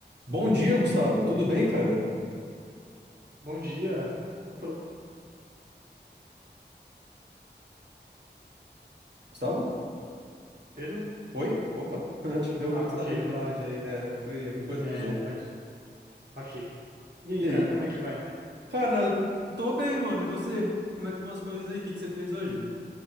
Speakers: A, on the right (about 70°); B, on the right (about 55°).
A: Bom dia, Gustavo. Tudo bem, cara?
B: Bom dia. Opa,
A: Gustavo?
B: Pedro?
A: Oi? Opa, <laughs> acho que deu
B: Ah,
A: alguma instabilidade
B: ok, voltou.
A: aí. É, foi alguma coisa
B: É,
A: do Zoom.
B: pode. Ok. E aí,
A: E
B: cara,
A: aí?
B: como é que vai?
A: Cara, eu tô bem, mano. E você? Como é que vão as coisas aí? O que que você fez hoje?